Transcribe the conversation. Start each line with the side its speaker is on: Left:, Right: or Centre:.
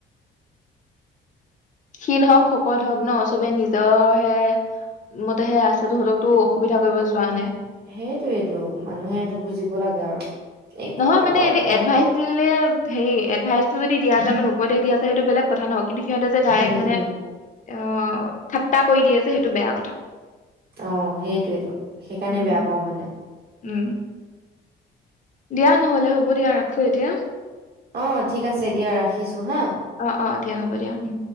Left: ক্ষীণ হওক, শকত হওক ন চবে নিজৰ হে মতেহে আছে তহঁতক তো অসুবিধা কৰিব যোৱা
Right: সেই
Left: নাই।
Right: সেইটোৱেইটো মানুহে এইটো বুজিব লাগে আৰু একো
Left: নহয়
Right: নাই
Left: মানে
Right: বাৰু
Left: এনে
Right: তথাপিও
Left: এডভাইচ দিলে সেই এডভাইচ টো যদি দিয়া যায় অসুবিধা উপদেশ দিয়া যে সেইটো বেলেগ কথা ন কিন্তু সিহঁতে ডাইৰেক্ট
Right: উম
Left: মানে
Right: উম
Left: অ ঠাট্টা কৰি দিয়ে যে সেইটো বেয়া কথা।
Right: অ সেইটোৱেতো, সেইকাৰণে
Left: উম
Right: বেয়া পাওঁ মানে
Left: উম দিয়া নহলে হ'ব দিয়া ৰাখো এতিয়া।
Right: অ ঠিক আছে, দিয়া ৰাখিছো। হা
Left: অ, অ দিয়া হ'ব দিয়া উম।